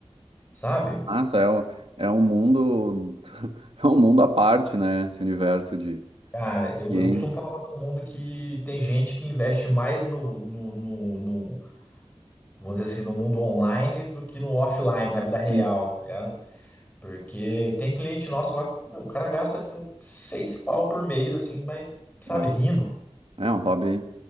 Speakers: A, on the left; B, on the right.
A: sabe?
B: nossa, é um, é um mundo, <laughs> é um mundo à parte, né? Esse universo de
A: Cara, eu,
B: game.
A: eu costumo falar pra todo mundo que tem gente que investe mais no, no, no, no- vamos dizer assim, no mundo online do que no offline, na vida real,
B: Sim.
A: tá ligado? Porque tem cliente nosso lá que, meu, o cara gasta, tipo, seis pau por mês, assim, mas, sabe,
B: Dá.
A: rindo.
B: É um hobby,